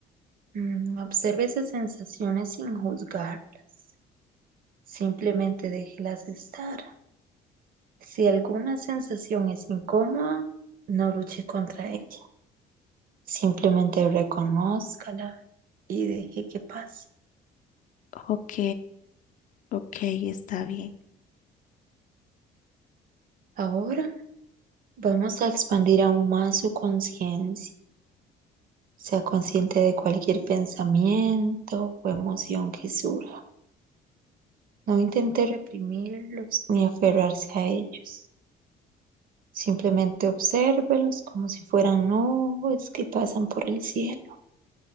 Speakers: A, on the right (about 55°); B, on the left (about 50°).
A: Mm, observe esas sensaciones sin juzgarlas. Simplemente déjelas estar. Si alguna sensación es incómoda, no luche contra ella. Simplemente reconózcala y deje que pase.
B: Ok, ok, está bien.
A: Ahora vamos a expandir aún más su conciencia. Sea consciente de cualquier pensamiento o emoción que surja. No intente reprimirlos ni aferrarse a ellos. Simplemente obsérvelos como si fueran nubes que pasan por el cielo.